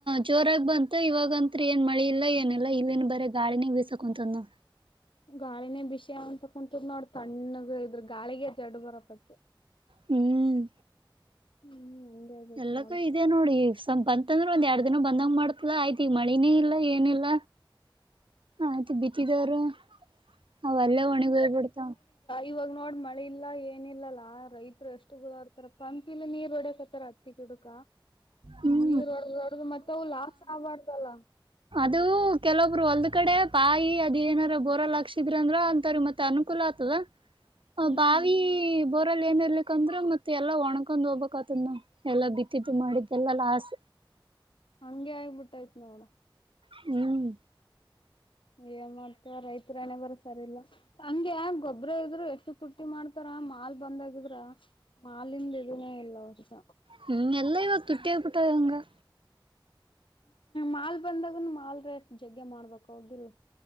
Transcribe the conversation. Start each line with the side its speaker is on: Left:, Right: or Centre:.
Right: ಜೋರಾಗಿ ಬಂತ ಇವಾಗತ್ ಏನ್ ಮಳಿ ಇಲ್ಲ ಏನಲ್ಲ ಇಲ್ಲಿನ್ ಬರ ಗಾಳಿನ ಬಿಸ ಕುಂತನ್ನು
Left: ಗಾಳಿನೇ ಬಿಷಯ ಅಂತ ಕುಂತ ನೋಡ ತಣ್ಣಗ ಇದ್ರ ಗಾಳಿಗೆ ಜಡ್ ಬರಪತಿ
Right: ಹ್ಮ್
Left: ಹ್ಮ್ ಹಂಗೆ ಆಗೇತ್
Right: ಎಲ್ಲಕ್ಕೂ
Left: ನೋಡು
Right: ಇದೆ ನೋಡಿ ಸ್ವಪ ಬಂತಂದ್ರೆ ಒಂದ್ ಎರಡ್ ದಿನ ಬಂದಂಗ ಮಾಡ್ತದ ಆಯ್ತಿ ಈ ಮಳಿನೇ ಇಲ್ಲ ಏನಿಲ್ಲ ಆಯ್ತ ಬಿತ್ತಿದವರು ಅವಲ್ಲ ಒಣಿಗೋಗ್ಬಿಡ್ತಾವ
Left: ಇವಾಗ ನೋಡ್ ಮಳೆ ಇಲ್ಲ ಏನ ಇಿಲ್ಲಲ್ಲಾ ರೈತರು ಎಷ್ಟು ಗುಳ ಅರ್ತಾರ ಪಂಪಲಿ ನೀರ್ ಹೊಡಕ್ತ್ತಾರ ಹತ್ತಿ ಗಿಡಕ
Right: ಹ್ಮ್
Left: ನೀರ್ಡಡ್ದ ಮತ್ತೆ ಅವು ಲಾಸ್ ಆಗ್ಬಾರ್ದಲ್ಲ
Right: ಅದು ಕೆಲವಬ್ರು ಒಲ್ ಕಡೆ ಬಾಯಿ ಅದ ಏನಾರ ಬರಲ್ ಹಕ್ಷಿದ್ರ ಅಂದ್ರ ಅಂತಾರ ಮತ್ತೆ ಅನುಕೂಲ ಆಗ್ತದ ಹ
Left: ಹ್ಮ್
Right: ಬಾವ ಬ ್ರಲ್ಲಿ ಏನ್ ಇರ್ಲಿಕ್ ಅಂದ್ರೆ ಮತ್ತೆ ಎಲ್ಲ ಒಣಕೊಂಡ್ ಹೋಗ್ಬೇಕಕ್ತನ್ನ ಎಲ್ಲಾ ಬಿತ್ತಿದ್ದು ಮಾಡಿದ ಜನ್ಮಲಸ್
Left: ಹಂಗೆ ಆಗ್ಬಿಟ್ಟಾಯ್ತ್ ನೋಡ
Right: ಹ್ಮ್
Left: ಏನ್ ಮಾಡ್ತವ ರೈತರು ಏನೇ ಬರ ಸರಿ ಇಲ್ಲ ಹಂಗ ಯ ಗೊಬ್ಬ್ರ ಇದ್ರು ಎಷ್ಟು ತುರ್ಟ್ಟಿ ಮಾಡ್ತಾರ ಮಾಲ್ ಬಂದ್ಾಗಿದ್ರ ಮಾಲಿಂದ ಇದುನೇ ಇಲ್ಲ ಹೊರ್ಷ
Right: ಹ ಎಲ್ಲ ಇಗ ತುಟ್ಟಿಯ ಬಿಟ್ಟಂಗ
Left: ಮಾಲ್ ಬಂದಾಗನು ಮಾಲ್ ರೇಟ್ ಜಗ್ಗೆ ಮಾಡ್ಬೇಕು ಹೋಗುದಿಲ್ಲ